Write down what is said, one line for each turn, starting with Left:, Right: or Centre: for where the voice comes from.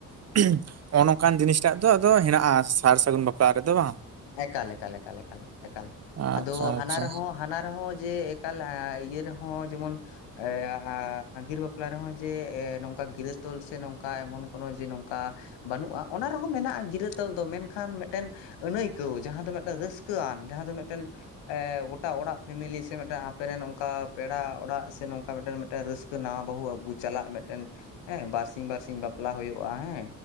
Right: ᱾ ᱦᱚᱸᱜᱼᱚ ᱱᱚᱝᱠᱟᱱ ᱡᱤᱱᱤᱥᱴᱟᱜ ᱫᱚ ᱟᱫᱚ ᱦᱮᱱᱟᱜᱼᱟ ᱥᱟᱨ ᱥᱟᱹᱜᱩᱱ ᱵᱟᱯᱞᱟ ᱨᱮᱫᱚ ᱵᱟᱝ?
Left: ᱮᱠᱟᱞ ᱮᱠᱟᱞ ᱮᱠᱟᱞ ᱮᱠᱟᱞ
Right: ᱟᱪᱪᱷᱟ
Left: ᱟᱫᱚ ᱦᱟᱱᱟ
Right: ᱟᱪᱪᱷᱟ
Left: ᱨᱮᱦᱚᱸ ᱦᱟᱱᱟ ᱨᱮᱦᱚᱸ ᱡᱮ ᱮᱠᱟᱞ ᱤᱭᱟᱹ ᱨᱮᱦᱚᱸ ᱡᱮᱢᱚᱱ ᱮ ᱟᱜᱤᱨ ᱵᱟᱯᱞᱟ ᱨᱮᱦᱚᱸ ᱡᱮ ᱱᱚᱝᱠᱟ ᱜᱤᱨᱟᱹ ᱛᱚᱞ ᱥᱮ ᱱᱚᱝᱠᱟ ᱮᱢᱚᱱ ᱠᱳᱱᱳ ᱡᱮ ᱱᱚᱝ ᱚᱝᱠᱟ ᱵᱟᱹᱱᱩᱜᱼᱟ ᱾ ᱚᱱᱟ ᱨᱮᱦᱚᱸ ᱢᱮᱱᱟᱜᱼᱟ ᱜᱤᱨᱟᱹ ᱛᱚᱞ ᱫᱚ ᱢᱮᱱᱠᱷᱟᱱ ᱢᱤᱫᱴᱮᱱ ᱟᱹᱱᱟᱹᱭ ᱠᱟᱹᱣ ᱡᱟᱦᱟᱸ ᱫᱚ ᱢᱤᱱᱴᱮᱱ ᱨᱟᱹᱥᱠᱟᱹᱣᱟᱱ ᱡᱟᱦᱟᱸ ᱫᱚ ᱢᱮᱱᱴᱮᱱ ᱮᱸ ᱜᱚᱴᱟ ᱚᱲᱟᱜ ᱯᱷᱮᱢᱮᱞᱤ ᱥᱮ ᱢᱤᱫᱴᱟᱝ ᱟᱯᱮᱨᱮ ᱨᱮᱱ ᱚᱱᱠᱟ ᱯᱮᱲᱟ ᱚᱲᱟᱜ ᱥᱮ ᱱᱚᱝᱠᱟ ᱢᱤᱫᱴᱮᱱ ᱨᱟᱹᱥ ᱥᱠᱟᱹ ᱱᱟᱶᱟ ᱵᱟᱹᱦᱩ ᱟᱹᱜᱩ ᱪᱟᱞᱟᱜ ᱢᱤᱫᱴᱮᱱ ᱦᱮᱸ ᱵᱟᱨᱥᱤ ᱵᱟᱨᱥᱤᱧ ᱵᱟᱯᱞᱟ ᱦᱳᱭᱳᱜᱼᱟ ᱦᱮᱸ᱾